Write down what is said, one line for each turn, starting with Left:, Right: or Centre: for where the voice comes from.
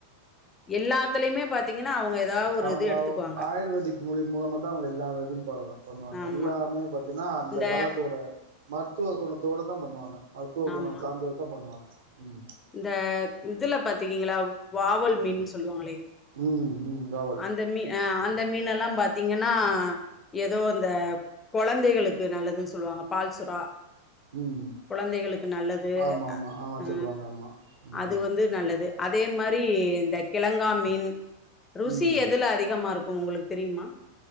Left: எல்லாத்துலயுமே பாத்தீங்கன்னா அவங்க ஏதாவது ஒரு
Right: அவங்க
Left: இது எடுத்துக்குவாங்க
Right: ஆயுர்வேதிக் மொழி மூலமா தான் அவங்க எல்லாயும் பண்ணுவாங்க
Left: ஆமா
Right: எல்லாமே ஏன்னா அந்த
Left: இந்த
Right: காலத்தோட மருத்துவ குணத்தோடு தான் பண்ணுவாங்க மருத்துவ
Left: ஆமா
Right: குணம் சார்ந்தத தான் பண்ணுவாங்க ம்
Left: இந்த இதுல பாத்தீக்ங்களா வாவல் மீன் சொல்லுவாங்களே
Right: ம் ம் ராவல்
Left: அந்த மீன் அந்த மீன் எல்லாம் பாத்தீங்கன்னா ஏதோ இந்த கொழந்தைகளுக்கு நல்லதுன்னு சொல்லுவாங்க பால்சுறா
Right: ம்
Left: கொழந்தைகளுக்கு நல்லது
Right: ஆமா ஆமா ஆமா
Left: அ
Right: சொல்லுவாங்க ஆமா ம்
Left: அது வந்து நல்லது அதே மாதிரி இந்த கிழங்கா மீன் ருசி
Right: ம்
Left: எதுல அதிகமா இருக்கும் உங்களுக்கு தெரியுமா